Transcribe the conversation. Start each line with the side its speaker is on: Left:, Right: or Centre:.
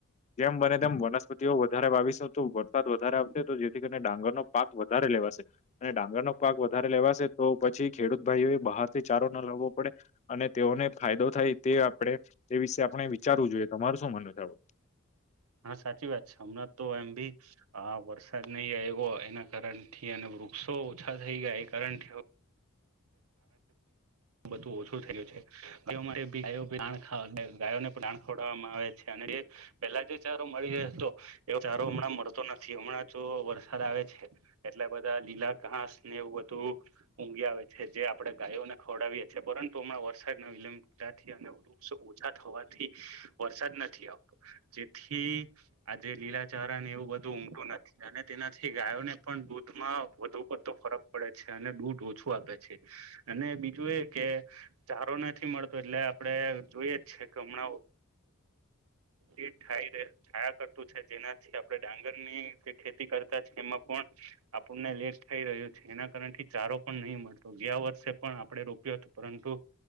Left: જેમ બને તેમ વનસ્પતિઓ વધારે વાવીશું તો વરસાદ વધારે આવશે તો જેથી કરીને ડાંગરનો પાક વધારે લેવાશે. અને ડાંગર નો પાક વધારે લેવાશે તો પછી ખેડૂત ભાઈ બહાર થી ચારો ના લાવવો પડે અને તેઓને ફાયદો થાય તે આપડે તે વિશે આપણે વિચા વિચારવું જોઈએ. તમાર શું માનવુ છે આવું?
Right: હા, સાચી વાત છે. હમણાં તો એમ ભી આ વરસાદ નહી એવો એના કારણ થી વૃક્ષો ઓછા થઈ ગયા એ કારણ થી બધું ઓછું થયું છે તે ગાયો ભી ઢાંણ <unintelligible> ગાયોને પણ ઢાણ ખવડવામાં આવે છે અને પેલા જે ચારો મળી રહ્યો હતો એવ ચારો હમણાં મળતો નથી હમણાં જો વરસાદ આવે છે. એટલા બધા લીલા ઘાસ ને એવું બધું ઊંઘી આવે છે જે આપણેે ગાયોને ખવડાવીએ છીએ પરંતુ હમણા વરદ વિલંબથી અને વૃક્ષ ઓછા થવાથી વરસાદ નથી આવતો જેથી આજે લીલા ચાર એવું બધું ઊંટું અને તેનાથી ગાયોને પણ દૂધમાં વધુ પડતો ફરક પડે છે અને દૂધ ઓછું આપે છે અને બીજું એ કે ચારો નથી મળતો એટલે આપડે જોઈએ જ છે કે હમણાં હ એ થાઈ છાયા કરતું છે જેનાથી આપણે ડાંગર ની જે ખેતી કરતા છે એમાં પણ આપણને લેટ થઈ રહ્યો છે એના કારણ થી ચારો પણ નહી મળતો તો ગયા વર્ષે પણ આપડે રોપ્યું હતું પરંતુ